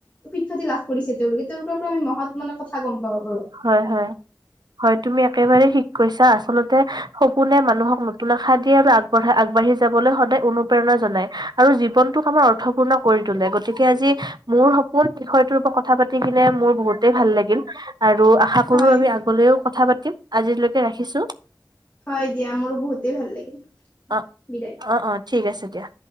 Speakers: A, on the left (about 20°); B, on the right (about 70°).
A: সুখ্যাতি লাভ কৰিছে তেওঁলোকে তেওঁলোকৰ পৰা আমি মহৎ মানে কথা গম পাও আৰু।
B: হয় হয়- হয় তুমি একেবাৰে থিক কৈছা আচলতে সপোনে মানুহক নতুন আশা দিয়ে আৰু আগবঢ়া আগবাঢ়ি যাবলৈ সদায় অনুপ্ৰেৰণা জনায় আৰু জীৱনটোক আমাৰ অৰ্থপূৰ্ণ কৰি তোলে, গতিকে আজি মোৰ সপোন বিষয়টোৰ ওপৰত কথা পাতি কিনে মোৰ বহুত টেই ভাল লাগিল। আৰু আশা কৰো
A: হয়
B: আমি আগলৈও কথা পাতি তিম আজিলৈকে ৰাখিছো।
A: হয় দিয়া মোৰো বহুতে ভাল লাগিল,
B: অ',
A: বিদায়।
B: অ', অ', ঠিক আছে দিয়া।